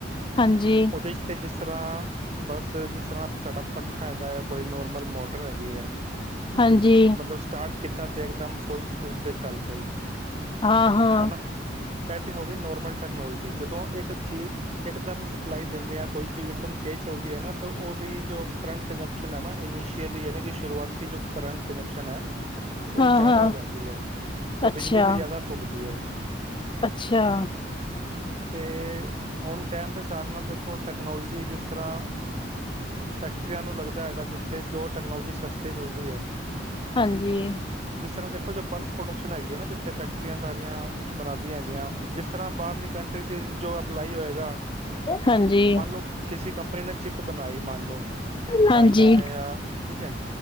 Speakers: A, on the left; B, on the right.
A: ਹਾਂਜੀ।
B: ਉਹਦੇਸ਼ ਤੇ ਜਿਸ ਜ ਤਰ੍ਹਾਂ ਬਸ ਜਿਸ ਤਰ੍ਹਾਂ ਸਾਡਾ ਪੱਖਾ ਹੈਗਾ ਆ ਕੋਈ ਨੋਰਮਲ ਮੋਟਰ ਹੈਗੀ ਹੈ
A: ਹਾਂਜੀ
B: ਜਿਸ ਮਤਲਬ ਸਟਾਰਟ ਕਿੱਤਾ ਤੇ ਇੱਕਦਮ ਫੁੱਲ ਸਪੀਡ ' ਚੱਲ ਪਈ
A: ਹਾਂ ਹਾਂ
B: ਹੈਨਾ ਇਹ ਤਾਂ ਹੋ ਗਈ ਨੋਰਮਲ ਟੈਕਨੋਲਜੀ ਜਦੋਂ ਇੱਕ ਚੀਜ਼ ਇੱਕਦਮ ਸਪਲਾਈ ਦਿੰਦੇ ਹਾਂ ਕੋਈ ਚੀਜ਼ ਇੱਕਦਮ ਤੇਜ਼ ਚੱਲਦੀ ਹੈ ਹੈ ਨਾ ਤਾਂ ਉਹਦੀ ਜੋ ਕਰੰਟ ਕੰਜੰਪਸ਼ਨ ਹੈ ਨਾ ਇਨੀਸ਼ੀਅਲੀ ਯਾਨੀ ਕਿ ਸ਼ੁਰੂਆਤੀ ਜੋ ਕਰੰਟ ਕੰਜੰਪਸ਼ਨ ਹੈ ਉਹ
A: ਹਾਂ
B: ਜ਼ਿਆਦਾ
A: ਹਾਂ
B: ਹੋ ਜਾਂਦੀ ਹੈ ਤੇ
A: ਅੱਛਾ
B: ਬਿਜਲੀ ਫਿਰ ਜ਼ਿਆਦਾ ਫੂਕਦੀ ਹੈ ਉਹ
A: ਅੱਛਾ
B: ਤੇ ਹੁਣ ਟਾਈਮ ਦੇ ਹਿਸਾਬ ਨਾਲ ਦੇਖੋ ਟੈਕਨੋਲੋਜੀ ਜਿਸ ਤਰ੍ਹਾਂ ਫੈਕਟਰੀਆਂ ਨੂੰ ਲੱਗਦਾ ਹੈਗਾ ਜਿੱਥੇ ਜੋ ਟੈਕਨੋਲੋਜੀ ਸਸਤੀ ਮਿਲਦੀ ਹੈ
A: ਹਾਂਜੀ
B: ਜਿਸ ਤਰ੍ਹਾਂ ਦੇਖੋ ਜੋ ਬਲਕ ਪ੍ਰੋਡਕਸ਼ਨ ਹੈਗੀ ਹੈ ਨਾ ਜਿੱ ਇੱਥੇ ਫੈਕਟਰੀਆਂ ਸਾਰੀਆਂ ਬਣਾਉਂਦੀਆਂ ਹੈਗੀਆਂ ਜਿਸ ਤਰ੍ਹਾਂ ਬਾਹਰਲੀ ਕੰਟਰੀ ਜੋ ਅਪਲਾਈ ਹੋਏਗਾ
A: ਹਾਂਜੀ
B: ਮੰਨ ਲਓ ਕਿਸੇ ਕੰਪਨੀ ਨੇ ਚਿਪ ਬਣਾਈ ਮੰਨ ਲਓ
A: ਹਾਂਜੀ ਹਾਂਜੀ
B: ਚਾਈਨਾ ਨੇ ਜਾਂ ਠੀਕ ਹੈ